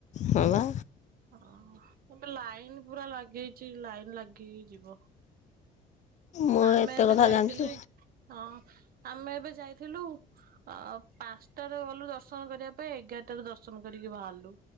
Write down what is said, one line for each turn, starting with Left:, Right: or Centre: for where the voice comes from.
Left: ହଁ ବା
Right: ହଁହଁ, ଏବେ ଲାଇନ ପୁରା ଲାଗ ଇଛି ଲାଇନ ଲାଗି ଇ ଯିବ।
Left: ମୁଁ
Right: ଆମେ
Left: ଏତେ
Right: ଏବେ
Left: କଥା
Right: ଯାଇଥିଲୁ।
Left: ଜାଣିଛି
Right: ହଁ, ଆମେ ଏବେ ଯାଇଥିଲୁ। ଅ ପାଞ୍ଚଟାରେ ଗଲୁ ଦର୍ଶନ କରିବା ପାଇଁ ଏଗାରଟାରୁ ଦର୍ଶନ କରି କି ବାହାରଲୁ।